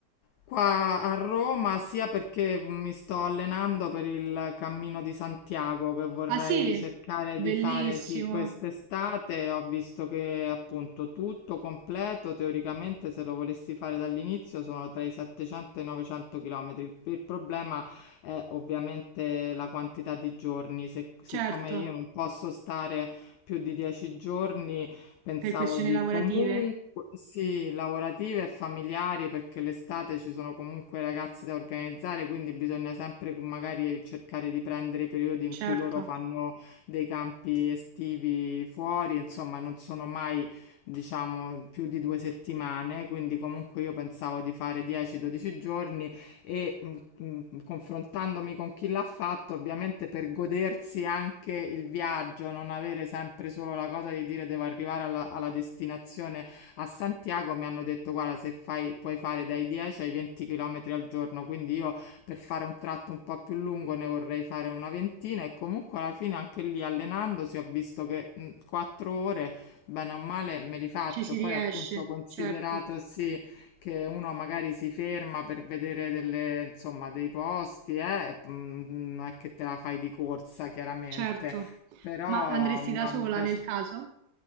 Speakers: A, on the left (about 80°); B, on the right (about 80°).
A: qua a Roma, sia perché mi sto allenando per il Cammino di Santiago che vorrei
B: ah sì?
A: cercare
B: Bellissimo.
A: di fare sì quest'estate. Ho visto che appunto tutto completo, teoricamente se lo volessi fare dall'inizio sono tra i 700 e i 900 km. Il problema è ovviamente la quantità di giorni, se- siccome
B: Certo,
A: io non posso stare più di dieci giorni, pensavo
B: per questioni
A: di
B: lavorative,
A: comunque, sì, lavorative e familiari, perché l'estate ci sono comunque ragazzi da organizzare, quindi bisogna sempre magari cercare di prendere i periodi in
B: certo.
A: cui loro fanno dei campi estivi fuori, insomma, non sono mai, diciamo, più di due settimane, quindi comunque io pensavo di fare 10-12 giorni e mh, mh, confrontandomi con chi l'ha fatto, ovviamente per godersi anche il viaggio, non avere sempre solo la cosa di dire devo arrivare alla, alla destinazione a Santiago, mi hanno detto guarda se fai, puoi fare dai 10 ai 20 km al giorno, quindi io per fare un tratto un po' più lungo ne vorrei fare una ventina e comunque alla fine anche lì allenandosi ho visto che mh, 4 ore, bene o male, me li faccio,
B: Ci si riesce,
A: poi appunto considerato
B: certo,
A: sì che uno magari si ferma per vedere delle, insomma, dei posti, eh? mm, Non è che te la fai di corsa, chiaramente,
B: certo.
A: però
B: Ma andresti
A: no,
B: da sola
A: mi piace.
B: nel caso?